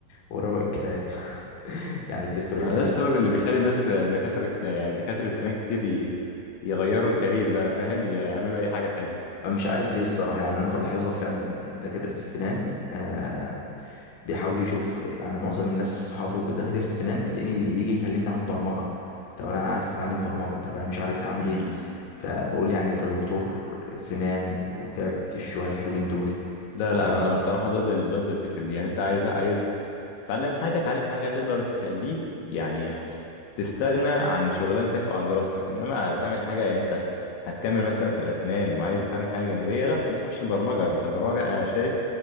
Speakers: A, on the left; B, on the left.
A: وروق الكلام <laughs> يعني بتفرق
B: ما ده السبب اللي بيخلي الناس دكاترة كت- يعني دكاترة السنان كتير ي... يغيروا الكارير بقى فاهم يعملوا أي حاجة تانية
A: مش عارف ليه الصراحة يعني أنا بلاحظها فعلا دكاترة السنان آه بيحاولوا يشوف يعني معظم الناس صحابي وكده دكاترة السنان تلاقيني بي- يجي يكلمني عن البرمجة طب أنا عايز أتعلم برمجة طب أنا مش عارف أعمل
B: امم
A: إيه فبقول لي يعني أنت دكتور سنان وتعبت الشوية الحلوين دول
B: لا
A: يعني
B: لا أنا أنا بصراحة ضد ال... ضد الفكرة دي يعني أنت عايز عايز تتعلم حاجة تعلم حاجة تقدر تخليك يعني تستغنى عن شغلانتك أو عن دراستك إنما تعمل حاجة أنت هتكمل مثلا في الأسنان وعايز تعمل حاجة جانبية لا ما تروحش البرمجة أنت البرمجة أنا شايف